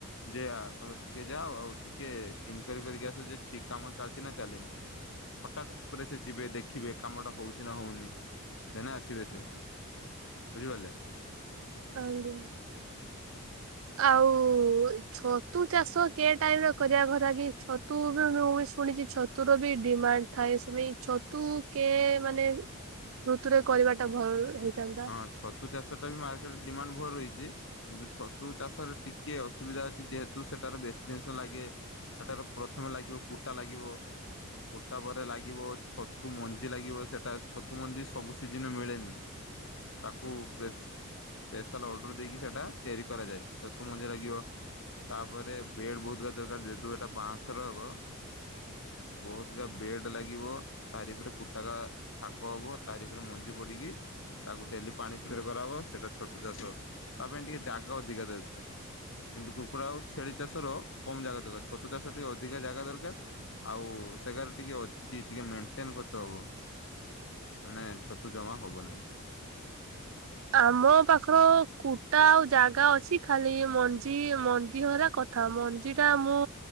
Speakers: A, on the left (about 60°); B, on the right (about 65°).
A: ଯେ ତମେ ଟିକେ ଯାଅ ଆଉ ଟିକେ ଇନକ୍ୟାରି କରିକି ଆସ ଯେ ଠିକ କାମ ଚାଲି କିନା ଚାଲିନି। ହଠାତ୍ ଉପରେ ସେ ଯିବେ ଦେଖିବେ କାମଟା ହେଉଛି ନା ହେଉନି ଦେନେ ଆସିବେ ସେ। ବୁଝିପାରିଲେ?
B: ଆଜ୍ଞା। ଆଉ ଛତୁ ଚାଷ କି ଟାଇମ ରେ କରିବାକୁ ଲାଗି ଛତୁ ବି ମୁଁ ବି ଶୁଣିଛି ଛତୁର ବି ଡିମାଣ୍ଡ ଥାଏ ସେମାଇ ଛତୁ କିଏ ମାନେ ଋତୁରେ କରିବା ଟା ଭଲ ହେଇଥାନ୍ତି
A: ହଁ ଛତୁ ଚାଷ ଟା ବି ମାର୍କେଟରେ ଡିମାଣ୍ଡ ଭଲ ରହିଛି। କିନ୍ତୁ ଛତୁ ଚାଷରେ ଟିକେ ଅସୁବିଧା ଅଛି ଯେହେତୁ ସେଟାରେ ବେଶୀ ଜିନିଷ ଲାଗେ। ସେଟାର ପ୍ରଥମେ ଲାଗିବ କୁଟା ଲାଗିବ। କୋଟା ପରେ ଲାଗିବ ଛତୁ ମଞ୍ଜି ଲାଗିବ ସେଇଟା ଛତୁ ମଞ୍ଜି ସବୁ ସିଜିନ ମିଳେନି। ତାକୁ ପେଶ ପେସ୍ୟଲ ଅର୍ଡ଼ର ଦେଇକି ସେଇଟା ତିଆରି କରାଯାଏ ଛତୁ ମଞ୍ଜି ଲାଗିବ। ତାପରେ ବେଡ୍ ବହୁତ ଦରକାର ଯେହେତୁ ଏଟା ବାଁଶର ହବ। ବହୁତକା ବେଡ ଲାଗିବ ତାରିପରେ କୁଟକା ଥାକ ହବ ତାରିପରେ ମଞ୍ଜି ପଡିକି। ତାକୁ ଡେଲି ପାଣି ସ୍ପ୍ରେ କରାହବ ସେଇଟା ଛତୁ ଚାଷ ତା ପାଇଁ ଟିକେ ଜାଗା ଅଧିକା ଦରକାର। କିନ୍ତୁ କୁକୁଡ଼ା ଆଉ ଛେଳି ଚାଷର କମ ଜାଗା ଦରକାର ଛତୁ ଚାଷ ଟିକେ ଅଧିକା ଜାଗା ଦରକାର। ଆଉ ସେଗାରେ ଟିକେ ଅଛି ଟିକେ ମେଣ୍ଟେନ୍ କରତେ ହବ। ମାନେ ଛତୁ ଜମା ହବ ନାହିଁ।
B: ଆମ ପାଖର କୁଟା ଆଉ ଜାଗା ଅଛି ଖାଲି ମଞ୍ଜି ମଞ୍ଜିହରା କଥା ଥା ମଞ୍ଜି ଟା ମୁଁ